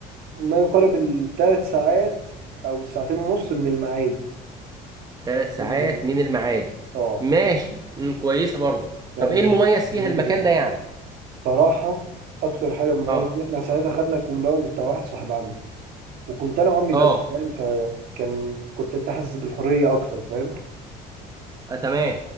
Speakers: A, on the right; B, on the right.
A: ما يقارب الثلاث ساعات او ساعتين ونص من المعادي
B: ثلاث ساعات
A: جنب ال-
B: من المعادي
A: اه
B: ماشي امم كويسه برضو
A: فاهم
B: طب ايه
A: مش
B: المميز
A: مش
B: فيها
A: بعيده
B: المكان
A: جدا
B: ده يعني
A: بصراحه اكتر حاجه مميزه
B: اه
A: دي احنا ساعتها خدنا الكومباوند بتاع واحد صاحب عمي وكنت انا وعمي
B: اه
A: بس فاهم فكان كنت انت حاسس بالحريه اكتر فاهم
B: آه، تمام